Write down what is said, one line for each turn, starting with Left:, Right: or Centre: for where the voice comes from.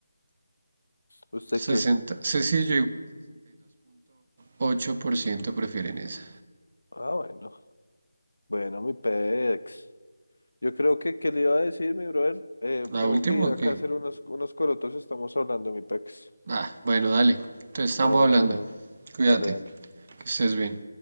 Left: ¿Usted
Right: 60,
Left: qué?
Right: sí, sí, ocho por ciento prefieren esa.
Left: Ah, bueno. Bueno, mi pex. Yo creo que, ¿qué le iba a decir, mi brother? Eh,
Right: ¿La
Left: tengo
Right: última
Left: que ir
Right: o
Left: acá
Right: qué?
Left: a hacer unos, unos corotos, estamos hablando, mi pex.
Right: Ah, bueno, dale. Entonces estamos
Left: La buena,
Right: hablando.
Left: brother.
Right: Cuídate,
Left: Dale, dale.
Right: que estés bien.